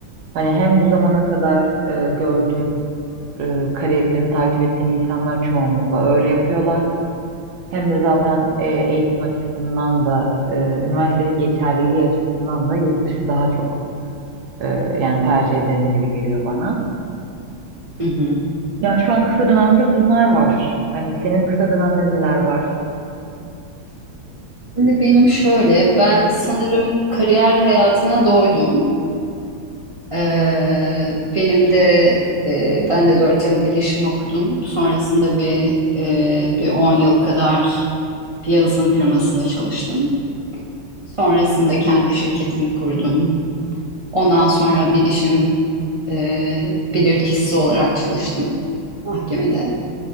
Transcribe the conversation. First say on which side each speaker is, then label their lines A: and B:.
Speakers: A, on the right; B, on the right.
A: hani hem bu zamana kadar e, gördüğüm e, kariyerini takip ettiğim insanlar çoğunlukla öyle yapıyorlar. Hem de zaten e, eğitim açısından da e, üniversitenin geçerliliği açısından da yurt dışı daha çok e, yani tercih ederim gibi geliyor bana.
B: Hı hı.
A: Ya şu an kısa dönemde bunlar var. Hani senin kısa dönemde neler var?
B: Şimdi benim şöyle, ben sanırım kariyer hayatına doydum. Ee, benim de e, ben de 4 yıl bilişim okudum. Sonrasında bir e, bir 10 yıl kadar bir yazılım firmasında çalıştım. Sonrasında kendi şirketimi kurdum. Ondan sonra bilişim e, bilirkişisi olarak çalıştım mahkemede.